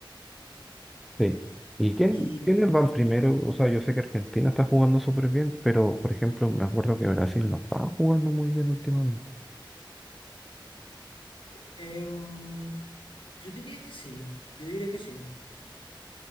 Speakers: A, in the centre; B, on the left.
A: Sí. ¿Y quién,
B: Y
A: quiénes van primero? O sea, yo sé que Argentina está jugando súper bien, pero por ejemplo, me acuerdo que Brasil no estaba jugando muy bien últimamente.
B: em, yo diría que sí, yo diría que sí,